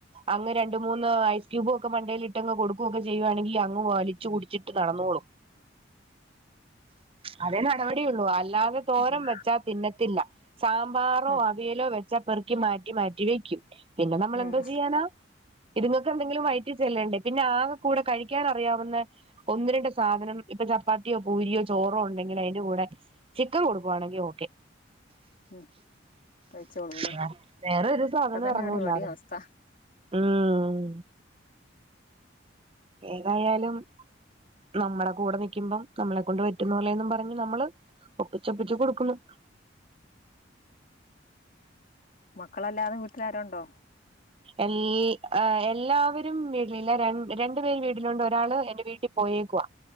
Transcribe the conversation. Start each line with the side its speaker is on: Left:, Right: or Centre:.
Right: അങ്ങ് ര ണ്ട് മൂന്ന് അയ്സ് ക്യൂബൊക്കെണ്ടയി ഇട്ടങ് കൊക്കുവൊക്ക ചെയ്യുവാണങ്കി അങ് പോവ ച്ച് കുടിച്ചിട്ട് നടന്നോളൂ അതേ നടപടിയള്ളൂ അല്ലാതെ തോരം
Left: ഉം
Right: വെച്ചാ തിന്നത്തില്ല സാമ്പാറോ
Left: ഉം
Right: അവിയലോ വെ ച്ച പെറക്കി മാറ്റി മാറ്റി വെക്കും പിന്നെ നമ്മള്
Left: ഉം
Right: എന്തോ ചെയ്യാനാ ഇതുങ്ങക്കെന്തെങ്കിലും വയറ്റി ചെല്ലണ്ടേ പിന്നെ ആകെ കൂടെ കഴിക്കാൻ അറിയാവുന്ന ഒന്ന് രണ്ട് സാധനം ഇപ്പൊ ചപ്പാത്തിയോ പൂരിയോ ചോറോ ഉണ്ടെങ്കിൽ അതിന്റെ കൂടെ ചിക്കൻ കൊടുക്കുവാണെങ്കിൽ ഓക്കെ
Left: ഉം കഴിച്ചോളൂല്ലേ
Right: വെ വേറെരു സാധനം
Left: ഒക്കെ തന്നെയാണ്
Right: എറങ്ങൂലാത്
Left: ഇവിടേം അവസ്ഥ
Right: ഉം ഉം ഏതായാലും നമ്മളെ കൂടെ നിക്കുമ്പം നമ്മളെ കൊണ്ട് പറ്റുന്ന പോലേന്നും പറഞ്ഞ് നമ്മള് ഒപ്പിച്ചൊപ്പിച്ച് കൊടുക്കുന്നു
Left: മക്കളല്ലാതെ വീട്ടിലാരോണ്ടോ
Right: എൽ ആ എല്ലാവെരും വീ ലില്ല രൺ രണ്ട് പേര് വീട്ടിലുണ്ട് ഒരാൾ എന്റെ വീട്ടിൽ പോയേക്കുവാ